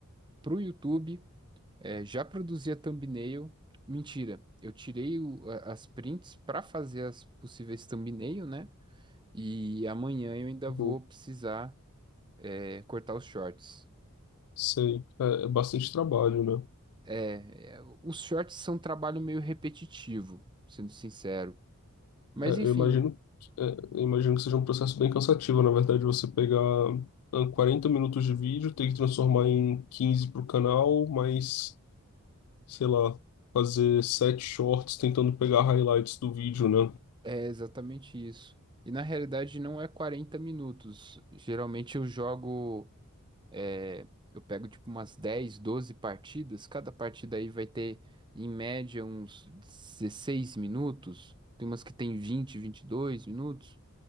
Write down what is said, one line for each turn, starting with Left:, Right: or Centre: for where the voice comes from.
Right: pro YouTube. É, já produzia thumbnail. Mentira, eu tirei o- a- as prints para fazer as possíveis thumbnail, né? E amanhã eu ainda
Left: Uhum.
Right: vou precisar, é, cortar os shorts.
Left: Sei. É, é bastante trabalho, né?
Right: É, é, os shorts são um trabalho meio repetitivo, sendo sincero. Mas
Left: É,
Right: enfim,
Left: eu imagino, que- é, eu imagino que seja um processo bem cansativo, na verdade, você pegar ah, 40 minutos de vídeo, ter que transformar em 15 para o canal, mas, sei lá, fazer sete shorts tentando pegar highlights do vídeo, né?
Right: é exatamente isso. E na realidade não é 40 minutos. Geralmente eu jogo. É, eu pego tipo umas 10, 12 partidas. Cada partida aí vai ter, em média, uns 16 minutos. Tem umas que tem vinte, vinte e dois minutos.